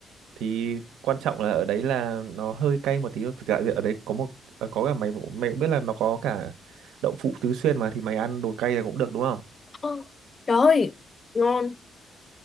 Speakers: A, on the right; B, on the left.
A: Thì quan trọng là ở đấy là nó hơi cay một tí. Thực ra ở đấy có một ờ, có cả mày cũng- mày cũng biết là nó có cả đậu phụ tứ xuyên mà thì mày ăn đồ cay là cũng được đúng không?
B: Ờ, trời ơi ngon